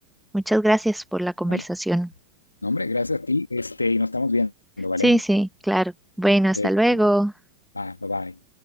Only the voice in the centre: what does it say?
Muchas gracias por la conversación.
Sí, sí, claro. Bueno, hasta
luego.